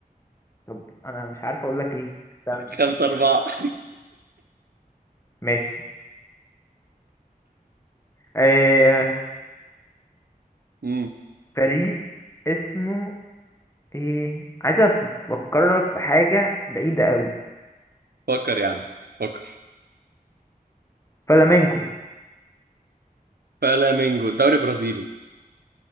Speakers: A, on the left (about 20°); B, on the right (about 80°).
A: طب انا مش عارف اقول لك ايه استنى
B: <laughs> خمسة أربعة <laughs>
A: ماشي آه...
B: امم
A: فريق اسمه ايه عايز افكرك في حاجة بعيدة اوي
B: فكر يا عم فكر
A: فلامينكو
B: فلامينجو الدوري البرازيلي